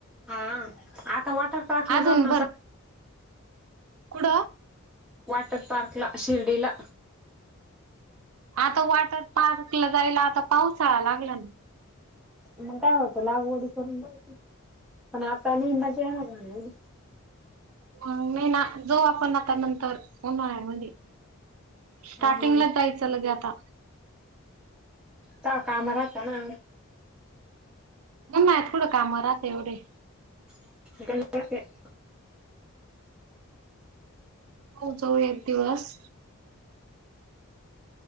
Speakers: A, in the centre; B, on the right.
A: हा आता वॉटर पार्कला
B: अजून
A: जाऊ ना
B: भर कुड
A: वाॉटर पार्कला शिर्डीला.
B: आता वॉटर पार्कला जायला आता पाऊसाळा लागला ना?
A: मग काय होत लागवडी करून पण आता लिंबाची आहे ना.
B: म म ना जो आपण आता नंतर ऊन्हाळा म्हधे. स्टार्टिंगला
A: हम्म,
B: जायचं लगे आता.
A: का काम राहता ना?
B: नाही थोडं काम राहते एवढे,
A: गणपतीत,
B: हो जाऊ एक दिवस.